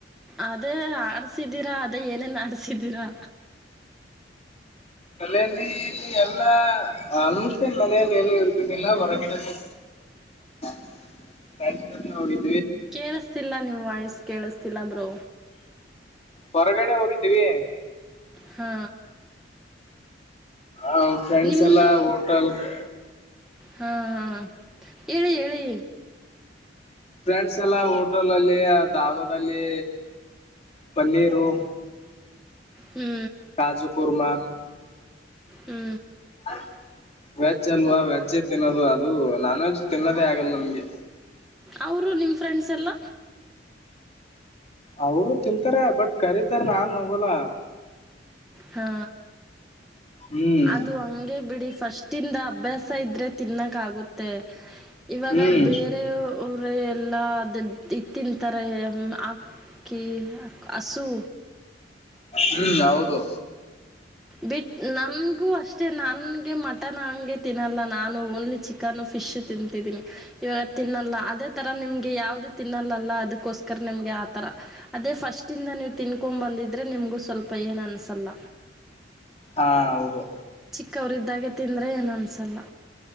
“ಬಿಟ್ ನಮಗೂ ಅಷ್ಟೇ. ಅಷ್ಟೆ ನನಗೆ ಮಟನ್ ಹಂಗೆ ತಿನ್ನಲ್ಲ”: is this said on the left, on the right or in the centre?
Centre